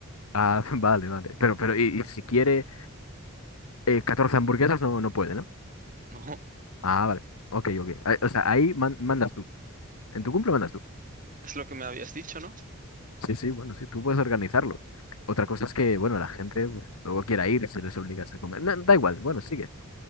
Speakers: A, on the left; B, on the right.
A: Ah, <laughs> vale, vale. Pero, pero, y, y si quiere eh, 14 hamburguesas, no, no puede, ¿no?
B: <laughs> No,
A: Ah, vale, ok, ok. Ah, O sea, ahí man- mandas tú. En tu cumple mandas tú.
B: es lo que me habías dicho, ¿no?
A: Sí, sí, bueno, sí, tú puedes organizarlo. Otra cosa es que, bueno, la gente pues, luego quiera ir si les obligas a comer. No, da igual, bueno, sigue.